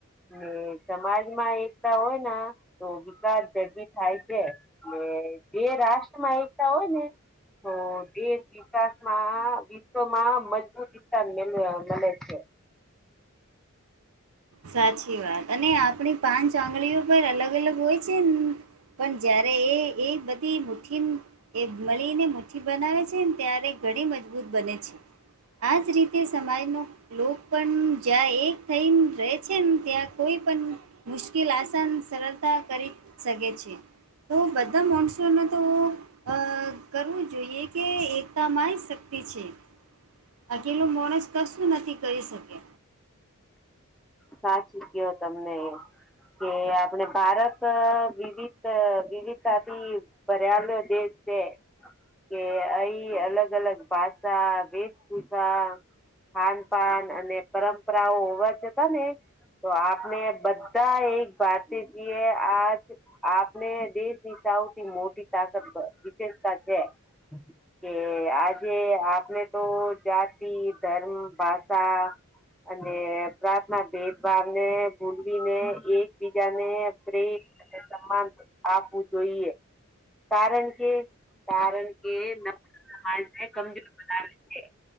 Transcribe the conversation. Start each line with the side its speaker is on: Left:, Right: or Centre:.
Centre: ને સમાજમાં એકતા હોય તો વિકાસ ઝડબી થાય છે. એ જે રાષ્ટ્ર માં એકતા હોય ને તો દ વિકાસમાં વિશ્વમાં મજબૂત સ્થાન મળે છે.
Right: સાચી વાત અને આપણી પાંચ આંગળીઓ પર અલગ અલગ હોય છે પણ જયારે એ એ બધી મુઠ્ઠી એ મળીને મુઠ્ઠી બનાવે છેને ત્યારે ઘણી મજબૂત બને છે. આજ રીતે સમાજનો લો પણ જ્યાં એક થઈને રહે. છે ત્યાં કોઈ પણ મુશ્કેલ આસાન સરળતા કરી શકે છે. તો બધા મોનસૂનમાં તો અ કરવું જોઈએ કે એકતા માય શક્તિ છે. અકેલો માણસ કશું નથી કરી શકે.
Centre: સાચી ગયો તમને એ કે આપણે ભારત વિવિધ વિવિધતાથી પરયાલો દ છે. કે અ અલગ અલગ ભાષા વેશભૂષા ખાન પાાન અને પરંપરાઓ હોવાજતા ને તો આપને બધા એક વાત જીએ આજ આપને દેશની સૌથી મોટી તાકાત વિશેેષતા છે. કે આજે આપણે તો જાતિ ધર્મ ભાષા અને પ્રાર્થના ભેદભાવ ને ભૂલવીને એકબીજા ને પ્રે અને સમાન આપવું જોઈએ. કારણ કે કારણ કે ને કમજોર બનાવે છે